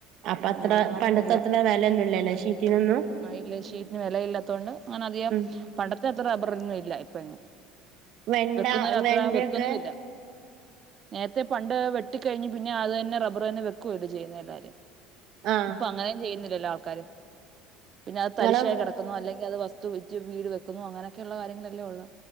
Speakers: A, on the right (about 60°); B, on the right (about 40°).
A: അപ്പൊ അത്ര
B: ഉ അങ്ങനൊന്നും
A: പണ്ടത്തെ
B: ഇല്ല
A: അത്ര വിലയൊന്നും ഇല്ലല്ലേ ഷീറ്റിനൊന്നും
B: ആല്ല ഷീറ്റന് വിലയില്ലാത്തോണ്ട് അങ്ങനെ അധികം
A: ഉം
B: പണ്ടത്തെ അത്ര റബ്ബറന്നും ഇല്ല ഇപ്പ എങ്ങും
A: വെണ്ട
B: വെക്കുന്നര് അത്ര
A: വെണ്ടയൊക്കെ
B: വെക്കുന്നുല്ല നേരത്തെ പണ്ട് വെട്ടി കഴിഞ്ഞു പിന്നെ അത് തന്നെ റബ്ബർ തന്നെ വെക്കൂല്ലേ ചെയ്യുന്ന എല്ലാരും
A: ആഹ്
B: ഇപ്പൊ അങ്ങനേം ചെയ്യുന്ന ഇല്ല ആൾക്കാര് പിന്നെ അത് തരിശായി
A: നിങ്ങളെ
B: കിടക്കുന്നു അല്ലെങ്ക അത് ക്കും വീട് വെക്കുന്നു അങ്ങനൊക്കെയുള്ള കാര്യങ്ങളല്ലേ ഉള്ളൂ